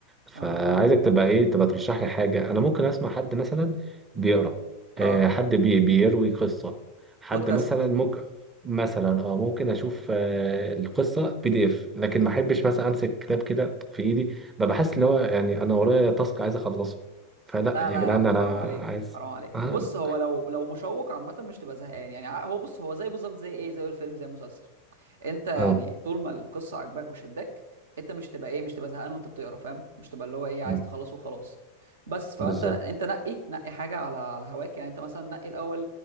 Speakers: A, on the right (about 15°); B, on the right (about 60°).
A: فعايزك
B: اه
A: تبقى ايه تبقى ترشح لي حاجه انا ممكن اسمع حد مثلا بيقرا آه
B: اه
A: حد بي بيروي قصه حد
B: بودكاست
A: مثلا ممكن مثلا اه ممكن اشوف آه القصه بي دي اف لكن ما احبش مثلا امسك كتاب كده في ايدي ببقى حاسس اللي هو يعني انا ورايا تاسك عايز اخلصه فلا
B: لا
A: يا
B: لا
A: جدعان
B: يا عم
A: انا
B: حرام عليك
A: عايز
B: حرام عليك
A: اه
B: بص هو لو لو مشوق عامة مش تبقى زهقان يعني ع- هو بص هو زي بالظبط زي ايه زي الفيلم زي المسلسل انت يعني
A: اه
B: طول ما القصة عجباك وشدك انت مش تبقى ايه مش تبقى زهقان وانت بتقرا فاهم مش تبقى اللي هو ايه عايز
A: مم.
B: تخلص وخلاص بس فانت
A: بالظبط
B: انت نقي نقي حاجة على على هواك يعني انت مثلا نقي الاول